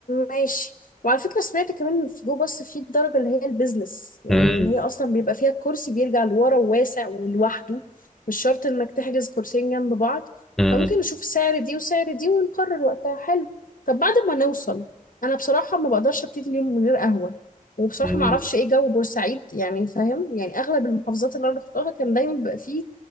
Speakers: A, on the left; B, in the centre.
A: ماشي وعلى فكره سمعت كمان إن في جو باص في الدرجه اللي هي البيزنس يعني
B: مم،
A: اللي هي اصلا بيبقى فيها الكرسي بيرجع لورا وواسع ولوحده مش شرط انك تحجز كرسيين جنب بعض
B: مم،
A: فممكن نشوف السعر دي وسعر دي ونقرر وقتها حلو طب بعد ما نوصل انا بصراحه ما بقدرش ابتدي اليوم من غير قهوه وبصراحه
B: مم،
A: ما اعرفش ايه جو بورسعيد يعني فاهم يعني اغلب المحافظات اللي انا رحتها كان دايما بيبقى فيه